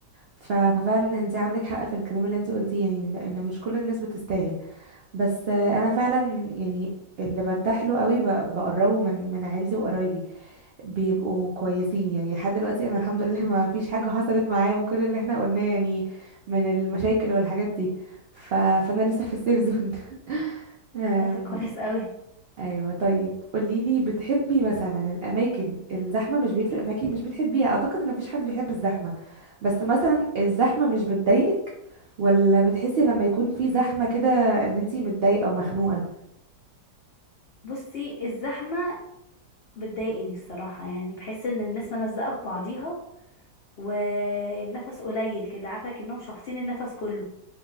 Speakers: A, on the right (about 80°); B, on the left (about 80°).
A: ف- ففعلا انتي عندك حق في الكلام اللي انتي قلتيه يعني لان مش كل الناس بتستاهل بس انا فعلا يعني اللي برتاح له قوي ب- بقربه من من عيلتي وقرايبي بيبقوا كويسين يعني لحد دلوقتي انا الحمد لله ما فيش حاجة حصلت معايا من كل اللي احنا قلناه يعني من المشاكل والحاجات دي ف... فانا لسه في السيف زون <laughs> أم...
B: طب ده كويس قوي
A: ايوه طيب قولي لي بتحبي مثلا الاماكن الزحمه مش بيفرق معاكي مش بتحبيها اعتقد ان مفيش حد بيحب الزحمه بس مثلا الزحمه مش بتضايقك ولا بتحسي لما يكون في زحمه كده ان انتي متضايقه ومخنوقه
B: بصي الزحمة بتضايقني الصراحة يعني بحس ان الناس ملزقة في بعضيها والنفس قليل كده عارفه كأنهم شافطين النفس كله